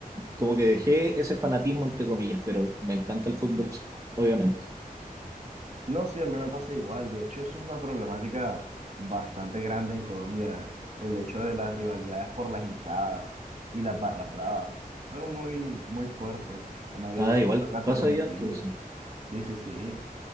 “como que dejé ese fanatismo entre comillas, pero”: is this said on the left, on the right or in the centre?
Right